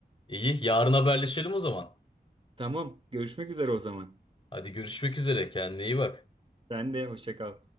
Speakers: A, on the left (about 30°); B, on the right (about 30°).
A: İyi yarın haberleşelim o zaman.
B: <laughs> Tamam, görüşmek üzere o zaman.
A: Hadi görüşmek üzere kendine iyi bak.
B: Sen de hoşça kal.